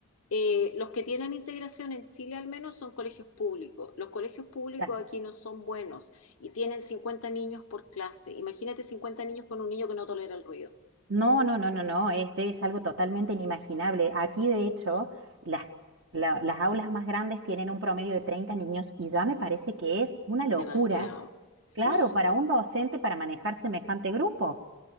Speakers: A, on the left; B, on the right.
A: eh, los que tienen integración en Chile al menos son colegios públicos. Los colegios públicos
B: claro.
A: aquí no son buenos y tienen 50 niños por clase. Imagínate 50 niños con un niño que no tolera el ruido.
B: No, no, no, no, no, es, de- es algo totalmente inimaginable. Aquí, de hecho, las, la- las aulas más grandes tienen un promedio de 30 niños y ya me parece que es una locura,
A: Demasiado.
B: claro,
A: Nos,
B: para un docente para manejar semejante grupo.